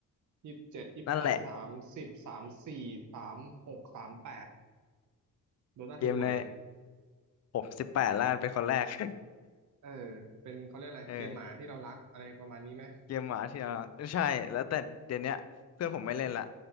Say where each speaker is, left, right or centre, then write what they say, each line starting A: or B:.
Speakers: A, on the right (about 60°); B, on the left (about 50°).
A: ยี่สิบเจ็ดยี่สิบแปดสามสิบสามสี่สามหกสามแปด
B: นั่นแหละ
A: โดตาทูหมดเลย
B: เกมในผมสิบแปดล้านเป็นคนแรก <laughs>
A: เออเป็นเขาเรียกอะไรเกมหมาที่เรารักอะไรประมาณนี้ไหม
B: เออ เกมหมาที่เรารใช่แล้วแต่เดี๋ยวเนี้ยเพื่อนผมไม่เล่นละ